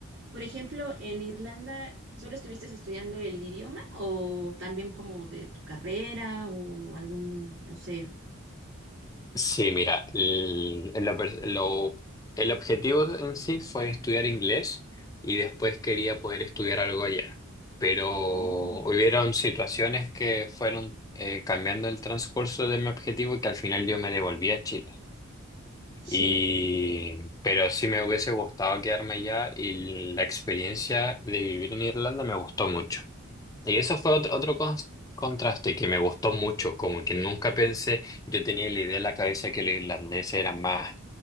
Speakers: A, on the right; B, on the left.
A: por ejemplo, en Irlanda, ¿solo estuviste estudiando el idioma o también como de tu carrera o algún, no sé?
B: Sí, mira, el, lo per- lo- el objetivo en sí fue estudiar inglés y después quería poder estudiar algo allá, pero
A: Oh,
B: hubieron situaciones que fueron eh, cambiando el transcurso de mi objetivo y que al final yo me devolví a Chile.
A: sí.
B: Y, pero sí me hubiese gustado quedarme allá y la experiencia de vivir en Irlanda me gustó mucho. Y eso fue otro, otro cons- contraste que me gustó mucho, como que nunca pensé, yo tenía la idea en la cabeza que los irlandeses eran más